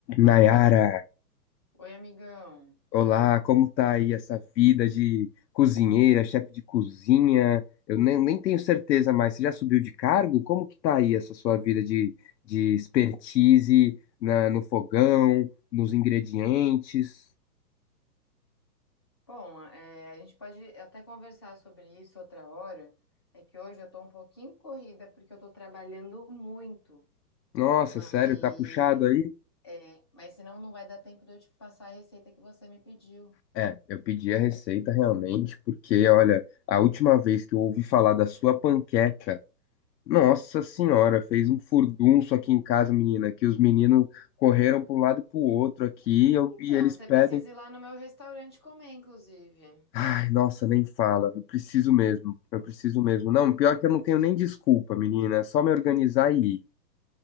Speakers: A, on the left (about 90°); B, on the left (about 15°).
A: Nayara,
B: Oi, amigão.
A: olá, como tá aí essa vida de cozinheira, chefe de cozinha? Eu nem, nem tenho certeza mais. Você já subiu de cargo? Como que tá aí essa sua vida de, de expertise na- no fogão, nos ingredientes?
B: Bom, é, a gente pode até conversar sobre isso outra hora. É que hoje eu tô um pouquinho corrida porque eu tô trabalhando muito,
A: Nossa,
B: mas
A: sério, tá puxado aí?
B: é, mas senão não vai dar tempo de eu te passar a receita que você me pediu.
A: É, eu pedi a receita realmente, porque olha, a última vez que eu ouvi falar da sua panqueca. Nossa senhora, fez um furdunço aqui em casa, menina, que os meninos correram para um lado e para o outro aqui e, eu-
B: Então,
A: e eles
B: você
A: pedem.
B: precisa ir lá no meu restaurante comer, inclusive.
A: Ai, nossa, nem fala. Eu preciso mesmo. Eu preciso mesmo. Não, pior que eu não tenho nem desculpa, menina. É só me organizar e ir.